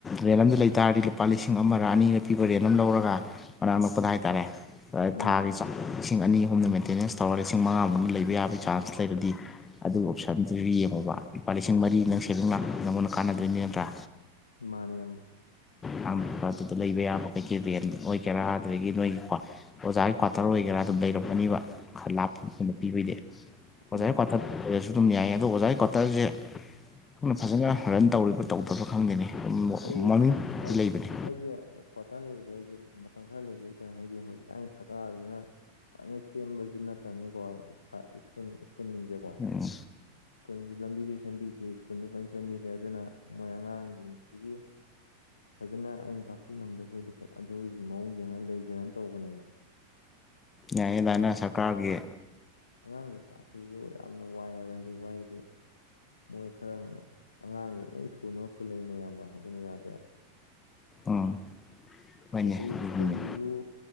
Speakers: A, on the left (about 20°); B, on the left (about 75°).
A: ꯔꯦꯟ ꯑꯝꯗ ꯂꯩꯇꯥꯥꯔꯗꯤ ꯂꯨꯄꯥ ꯂꯤꯁꯤꯡ ꯑꯃꯔꯥ ꯑꯅꯤꯔꯥ ꯄꯤꯕ ꯔꯦꯟ ꯑꯃ ꯂꯧꯔꯒ ꯃꯅꯥꯛ ꯅꯛꯄꯗ ꯍꯥꯏꯇꯥꯔꯦ ꯑꯗꯥ
B: ꯎꯝ
A: ꯊꯥꯒꯤ ꯆꯥꯛ ꯂꯤꯁꯤꯡ ꯑꯅꯤ ꯑꯍꯨꯝꯗ ꯃꯦꯟꯇꯦꯅꯦꯟꯁ ꯇꯧꯔꯒ ꯂꯤꯁꯤꯡ ꯃꯉꯥ ꯃꯅꯨꯡ ꯂꯩꯕ ꯌꯥꯕꯩ ꯆꯥꯟꯁ ꯂꯩꯔꯗꯤ ꯑꯗꯨ ꯑꯣꯞꯁꯟꯗꯨꯁꯨ ꯌꯦꯡꯉꯣꯕ ꯂꯨꯄꯥ ꯂꯤꯁꯤꯡ ꯃꯔꯤꯅ
B: ꯎꯝ
A: ꯁꯦꯕꯤꯡ ꯂꯥꯛ ꯅꯪꯉꯣꯟꯗ ꯀꯥꯟꯅꯗꯣꯏꯅꯦ ꯅꯠꯇꯔꯥ
B: ꯏꯃꯥꯟꯅꯦꯕ
A: ꯌꯥꯝ ꯑꯗꯨꯗ ꯂꯩꯕ ꯌꯥꯕ ꯀꯩꯀꯩ ꯔꯦꯟ ꯑꯣꯏꯒꯦꯔꯥ ꯑꯗꯨꯗꯒꯤ ꯅꯣꯏꯒꯤꯀꯣ ꯑꯣꯖꯥꯒꯤ ꯀ꯭ꯋꯥꯇꯔ ꯑꯣꯏꯒꯦꯔꯥ ꯑꯗꯨꯝ ꯂꯩꯔꯝꯒꯅꯤꯕ ꯈꯔ ꯂꯥꯞꯄ ꯃꯐꯝꯗꯥ ꯄꯤꯕꯩꯗꯤ ꯑꯣꯖꯥꯒꯤ
B: ꯎꯝ
A: ꯀ꯭ꯋꯥꯇꯔ ꯂꯩꯔꯁꯨ ꯑꯗꯨꯝ ꯌꯥꯏ ꯑꯗꯣ ꯑꯣꯖꯥꯒꯤ ꯀ꯭ꯋꯥꯇꯔꯁꯦ ꯀꯨꯞꯅ ꯐꯖꯅ ꯔꯟ ꯇꯧꯔꯤꯕ ꯇꯧꯗꯕ ꯈꯪꯗꯦꯅꯦ ꯑꯗꯨꯝ
B: ꯑꯩꯒꯤ
A: ꯃꯃꯤꯡ
B: ꯑꯥꯒꯤ
A: ꯂꯩꯕꯅꯦ
B: ꯑꯩꯒꯤ ꯑꯣ ꯀ꯭ꯋꯥꯇꯥꯔ ꯂꯩꯕꯗꯣ ꯑꯩꯖꯦ ꯃꯇꯝ ꯈꯔ ꯂꯩꯒꯤꯕꯇꯥꯥꯔꯦ ꯍꯥꯏꯗꯤ ꯍꯧꯖꯤꯛꯀꯥꯟꯒꯤ ꯁꯔꯀꯥꯔꯖꯤꯅ ꯐꯖꯅ ꯁꯦ ꯁꯦꯝꯕꯖꯨ ꯅꯠꯇꯕꯅꯤꯀꯣ ꯑꯩ ꯁꯥ ꯁꯀ꯭ꯨꯜ ꯁ꯭ꯀꯨꯜꯖꯤꯡꯖꯦꯀꯣ
A: ꯎꯝ
B: ꯁ꯭ꯀꯨꯜꯁꯤ ꯂꯝꯕꯤꯖꯨ ꯁꯦꯝꯕꯤꯗꯦ ꯁ꯭ꯀꯨꯜꯖꯨ ꯐꯖꯟ ꯁꯦꯝꯕꯤꯗꯦ ꯑꯗꯨꯅ ꯃꯣꯏ ꯑꯉꯥꯡꯒꯤ ꯁꯤꯒꯤ ꯐꯖꯅ ꯑꯩꯅ ꯇꯥꯛꯄꯤ ꯉꯝꯗꯕꯣꯏꯗꯤ ꯐꯠ ꯑꯗꯨꯒꯤ ꯃꯑꯣꯡ ꯌꯦꯡꯉꯒ ꯂꯩꯖꯤꯔꯥꯅ ꯇꯧꯕꯅꯦꯕ ꯇꯥꯕ ꯉꯝꯗꯕ
A: ꯌꯥꯏꯌꯦ ꯗꯥꯏꯅꯥ ꯁꯔꯀꯥꯔꯒꯤ
B: ꯑꯉꯥꯡ ꯂꯩꯔꯤꯛ ꯇꯥꯛꯄꯗꯨꯁꯨ ꯌꯥꯝꯅ ꯋꯥꯏꯑꯕ ꯍꯥꯏꯗꯤ ꯋꯥꯏꯌꯦꯗꯤ ꯃꯣꯏ ꯈꯔ ꯑꯉꯥꯡꯁꯦ ꯂꯣꯏ ꯁꯨꯅꯕ ꯄꯨꯜꯂꯛꯏꯅꯦ ꯑꯌꯥꯝꯕ ꯑꯗꯨꯅ ꯌꯥꯗꯦꯕ
A: ꯎꯝ ꯍꯣꯏꯅꯦ
B: ꯑꯗꯨꯗꯤ
A: ꯑꯗꯨꯒꯤꯅꯦ
B: ꯁ꯭ꯀꯨꯜꯗꯨꯁꯨ